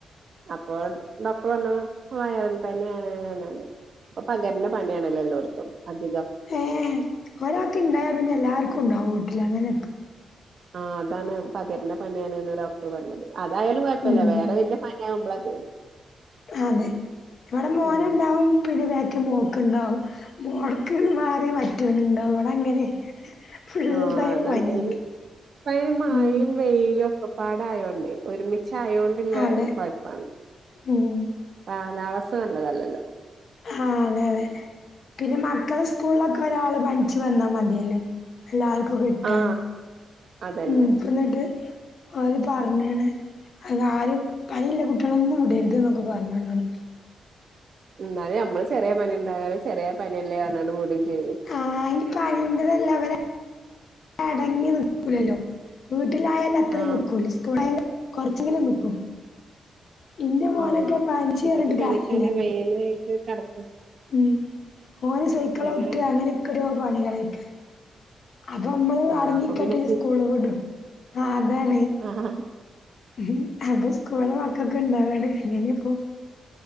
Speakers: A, on the right; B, on the left.
A: അപ്പോ ഡോക്ടറ്പറഞ്ഞ് വയറൽപ്പനിയാണ് പറഞ്ഞാണ്ട് ഇപ്പോ പകര്ന്ന പണിയാണല്ലോ എല്ലോയിടത്തും അധികം
B: ഏഹ ഒരാൾക്ക് ഉണ്ടായ പിന്നെ എല്ലാർക്കും ഉണ്ടാവും വീട്ടില അങ്ങനെയൊക്കെ
A: ആഹ് അതാണ് പകര്ന പനിയാണ്ന്ന് ഡോക്ടർ പറഞ്ഞത് അതായാലും കൊഴപ്പല്ല
B: ഉം
A: വേറെ വല്ല ക്യ ആവുമ്പള പേടി
B: അഹ് അതെ ഇവിടെ മോനുണ്ടാവും
A: ഉം
B: പിന്നെ ബാക്കി മോക്ക്ണ്ടാവും മോൾക്ക് മാറിയ മറ്റൊനുണ്ടാവും ഇവടെ അങ്ങനെ ഫുൾ
A: ആഹ്
B: ടൈം
A: അതാണ്
B: പനിയേക്കാ
A: പേടി പ്പതിന് മയയും
B: ഉം
A: വെയിലും ഒക്കെ പാടായോണ്ടേ ഒരുമിച്ചയോണ്ടില്ല
B: അതെ
A: കൊയപ്പാണ്
B: ഉം
A: കാലവസ്ഥ നല്ലതല്ലല്ലോ
B: ആഹ് അതെ അതെ പിന്നെ മക്കളെ സ്കൂളിലൊക്കെ ഒരാള് പനിച്ചു വന്നാ മതിയല്ലോ എല്ല ആർക്കും കിട്ടാൻ
A: ആ അതന്നെ
B: ഉം ഇപ്പന്നട്ട് ഓല് പറഞ്ഞ്ണ് അല്ലആരും പനില്ല കുട്ടികളൊന്നും വിടരുത് എന്നൊക്കെ പറഞ്ഞ് ണൗട്ന്ന്
A: ന്നാലും നമ്മള് ചെറിയ പനിണ്ടായാലും ചെറിയ പനിയല്ലേ പറഞ്ഞാണ്ട് വിടുകയും ചെയ്യൂ
B: ആഹ് പനിണ്ടതല്ല അവര അടങ്ങി നിക്കൂലല്ലോ വീട്ടിലായാല അത്രയും
A: ആ
B: നിക്കൂല സ്കൂളിയാല് കൊറച്ചങ്ങനെ നിക്കും ഇന്റെ മോനൊക്കെ
A: ആ
B: പനിച്ച്ന്ന്
A: ഇപ്പത്തെ
B: പറഞ്ഞിട്ട് കാര്യല്ല
A: <unintelligible>
B: ഉം ഓന് സൈക്ലാവുട്ടിയ
A: എങ്ങനെ
B: അങ്ങനെയൊക്കെ ഒരൊ പണിയാണെനിക്ക് അപ്പൊ നമ്മള്
A: ആ
B: അറഞ്ഞിട്ടിട്ട്
A: അപ്പൊ പിന്നെ
B: സ്കൂള് വിടും ആഹ് അതാണ്
A: ആഹ് ആഹ്
B: ഉം അപ്പൊ സ്കൂള് മക്കൊക്കെ ഇണ്ടാവാണ് എങ്ങനെയ ഇപ്പോ